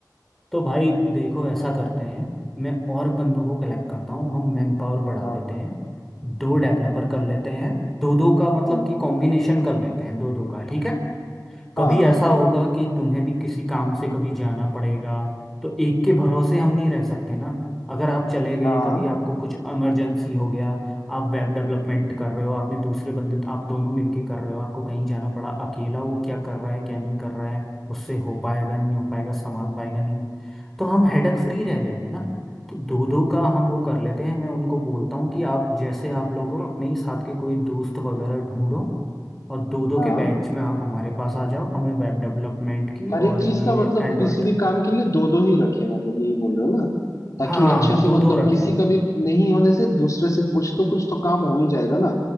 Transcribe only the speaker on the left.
हाँ
हम्म,
हाँ
हाँ
हाँ
हर एक
चीज
का मतलब
किसी भी काम के लिए दो दो ही रखे मतलब यही बोल रहे हो ना ताकि
अच्छे से
मतलब
किसी
का भी नहीं होने से दूसरे से कुछ तो कुछ तो काम हो ही जाएगा ना